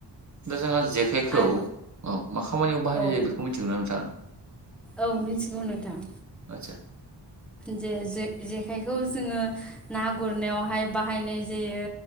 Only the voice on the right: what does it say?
दा जोंहा जेखाइखौ
औ मा खामानियाव बाहायनाय
जायो बेखौ मिथिगौना नोंथाङा?
आदसा